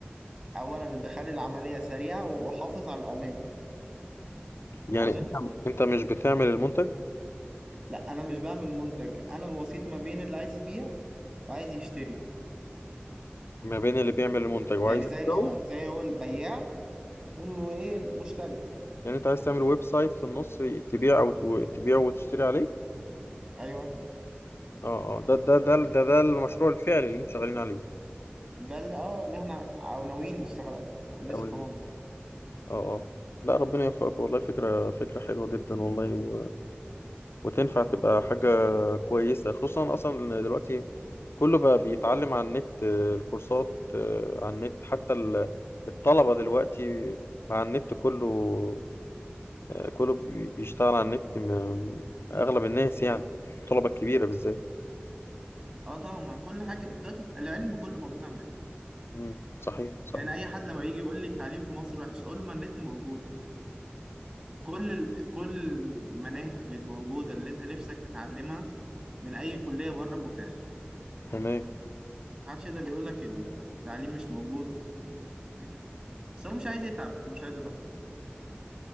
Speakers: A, on the right; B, on the left.
A: اولا اللي بخلي العملية سريعة واحافظ على الامان
B: يعني
A: فاهم قصدي
B: انت انت مش بتعمل المنتج
A: لا انا مش بعمل منتج انا الوسيط ما بين اللي عايز يبيع وعايز يشتري
B: ما بين اللي بيعمل المنتج وعايز
A: يعني
B: يبيعه
A: زي ان هو زي هو البياع والم- وايه المشتري
B: يعني انت عايز تعمل ويب سايت في النص تبيع او تبيع وتشتري عليه
A: ايوه
B: اه اه ده ده ده ده ده المشروع الفعلي اللي انتوا شغالين عليه
A: ده اللي اه اللي احنا او ناويين نشتغل عليه ولسه
B: او اللي
A: طبعا
B: اه اه لا ربنا يوفقك والله فكرة فكرة حلوة جدا والله و... وتنفع تبقى حاجة كويسة خصوصا أصلا إن دلوقتي كله بقى بيتعلم على النت آه، الكورسات آه، على النت حتى ال- الطلبة دلوقتي على النت كله آه، كله بي- بيشتغل على النت م- أغلب الناس يعني الطلبة الكبيرة بالذات
A: اه طبعا ما كل حاجه دلوقتي العلم كله موجود على النت
B: مم، صحيح صحيح
A: يعني اي حد لما يجي يقول لي التعليم في مصر وحش اقول له ما النت موجود يعني كل ال... كل المناهج الموجوده اللي انت نفسك تتعلمها من اي كليه بره متاحه
B: تمام
A: محدش يقدر يقول لك التعليم مش موجود ولا التعليم مش بس هو مش عايز يتعب هو مش عايز يدور